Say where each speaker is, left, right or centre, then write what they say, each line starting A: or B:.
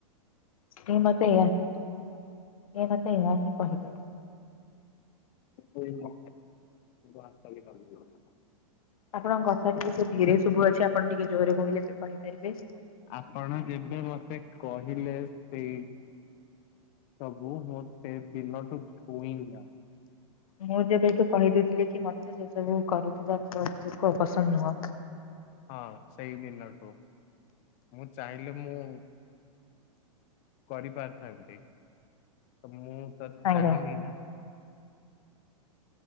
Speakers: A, on the left (about 75°); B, on the left (about 40°).
A: ସିଏ ମତେ ଏୟା ସିଏ ମତେ ଏହା ହିଁ କହିଲେ।
B: <unintelligible> ହାତ <unintelligible>
A: ଆପଣଙ୍କ କଥା ଟିକେ ସେ ଧୀରେ ଶୁଭୁ ଅଛି ଆପଣ ଟିକେ ଜୋରରେ କହିଲେ ବି କହିପାରିବେ।
B: ଆପଣ ଯେବେ ମତେ କହିଲେ ସେଇ ସବୁ ମୁଁ ସେ ଦୀନଠୁ ଛୁଇଁନି ଆଉ।
A: ମୁଁ ଯେବେଠୁ କହିଦେଇଥିଲି କି ମତେ ସେ ସବୁ କରୁଥିବା ପୁଅକୁ ବିଲକୁଲ୍ ପସନ୍ଦ ନୁହଁ।
B: ହଁ ସେଇ ଦିନଠୁ ମୁଁ ଚାହିଁଲେ ମୁଁ କରିପାରିଥାନ୍ତି ତ ମୁଁ ତ
A: ଆଜ୍ଞା
B: ଚାହିଁନି ନା।